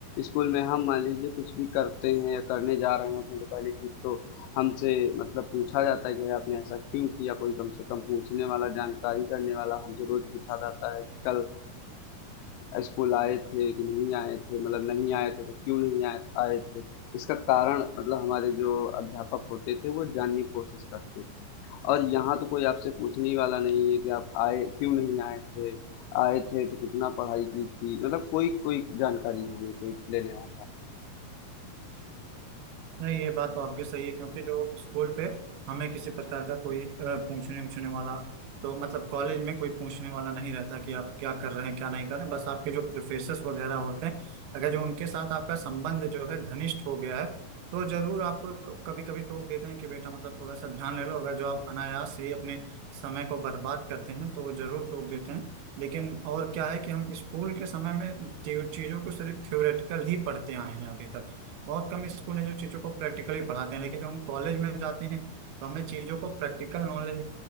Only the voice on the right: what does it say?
नहीं ये बात तो आपकी सही है क्योंकि जो स्कूल पे हमें किसी प्रकार का कोई अ, पूछने उछने वाला तो मतलब कॉलेज में कोई पूछने वाला नहीं रहता कि आप क्या कर रहे हैं क्या नहीं कर रहे हैं बस आपके जो प्रोफेसर्स वगैरह होते हैं अगर जो उनके साथ आपका संबंध जो है घनिष्ठ हो गया है तो जरूर आपको कभी कभी टोक देते हैं कि बेटा मतलब थोड़ा सा ध्यान ले लो अगर जो आप अनायास ही अपने समय को बर्बाद करते हैं तो वो जरूर टोक देते हैं लेकिन और क्या है कि हम स्कूल के समय में चीजों को सिर्फ थ्योरेटिकल ही पढ़ते आए हैं अभी तक बहुत कम स्कूल हैं जो चीज़ों को प्रैक्टिकली पढ़ाते हैं लेकिन जब हम कॉलेज में जाते हैं तो हमें चीज़ों को प्रैक्टिकल नॉलेज